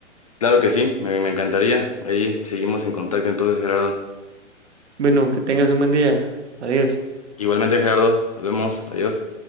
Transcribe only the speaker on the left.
Claro que sí, me, me encantaría. Ahí seguimos en contacto entonces, Gerardo.
Igualmente, Gerardo, nos vemos, adiós.